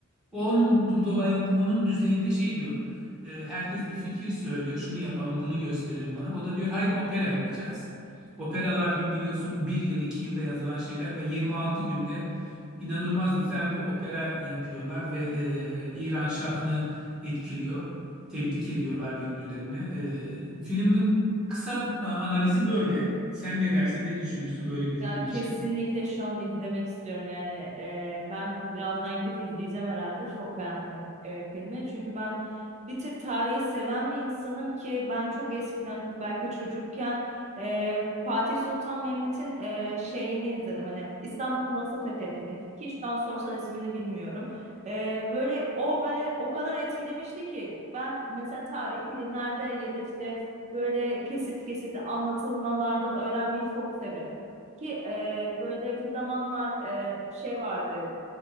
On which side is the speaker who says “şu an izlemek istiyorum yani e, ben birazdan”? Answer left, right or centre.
Right